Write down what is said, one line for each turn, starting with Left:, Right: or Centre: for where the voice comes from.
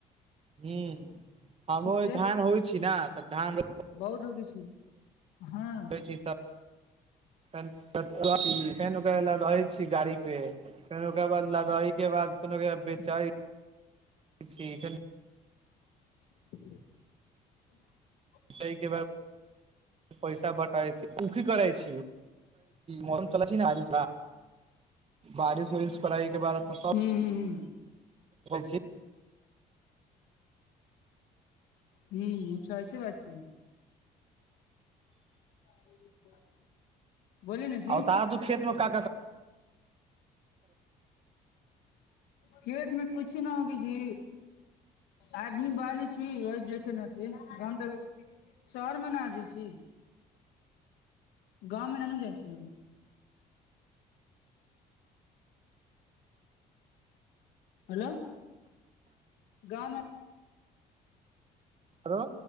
Right: हूं हमरा ओरी
Left: के
Right: धान होइ छी ने तऽ धान रो
Left: बहुत रूदी छी हँ
Right: छी तऽ फेन ओकरा ल क अबै छी गाड़ी पे फेन ओकरा बाद लगाइके बाद फेन ओकरा बेचाइ छी फेर
Left: <unintelligible>
Right: तै के बाद पैसा बटाइ छी उखी करै छी मौसम चल छि ने आली बारिश होइ इसफरााइ के बाद फसल
Left: हूँ हूँ
Right: छी
Left: हूं चाय छै बाची <unintelligible> बोली ने छी
Right: आ ओ त आ दू खेतमे का का क <inaudible>
Left: खेत मे कुछी न होखि छि आदमीक बानै छी ओहि देखे ने छी हम त शहरमे न आ जै छी गाँमे ननू जाइ छी हेलो गाममे
Right: हेलो